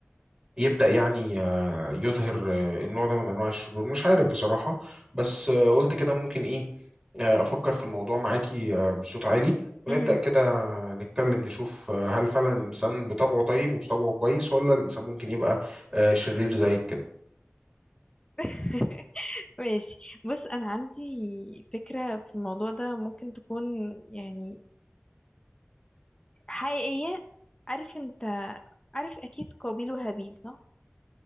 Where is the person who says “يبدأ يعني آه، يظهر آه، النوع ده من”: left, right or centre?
Right